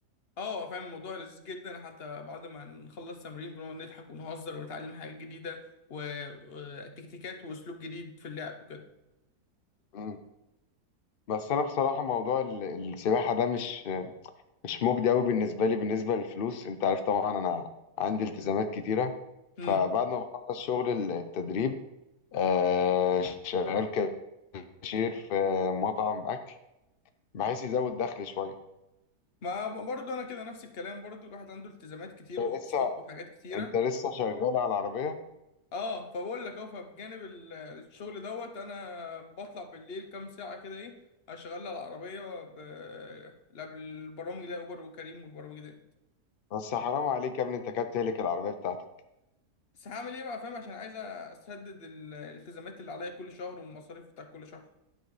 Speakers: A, on the left (about 45°); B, on the left (about 75°).
A: اه فاهم الموضوع لذيذ جدا حتى بعد ما نخلص تمرين بنقعد نضحك ونهزر ونتعلم حاجات جديدة و- وتكتيكات واسلوب جديد في اللعب وكده
B: م. بس انا بصراحه موضوع ال- السباحه ده مش مش مجدي قوي بالنسبه لي بالنسبه للفلوس انت عارف طبعا انا عندي التزامات كتيره
A: امم
B: فبعد ما بخلص شغل التدريب آه شغال كاشير في مطعم اكل بحيث يزود دخلي شويه
A: ما برضه انا كده نفس الكلام برضه الواحد عنده التزامات كتير
B: انت
A: واقساط
B: لسه
A: وحاجات كتيرة
B: انت لسه شغال على العربيه
A: اه فبقول لك اه فبجانب ال- الشغل دوت انا بطلع بالليل كام ساعة كده ايه اشغل على العربية ب... قبل البرامج ده اوبر وكريم والبرامج ده
B: بس حرام عليك يا ابني انت كده بتهلك العربية بتاعتك
A: بس هعمل ايه بقى فاهم عشان عايز اسدد ال- الالتزامات اللي عليا كل شهر والمصاريف بتاع كل شهر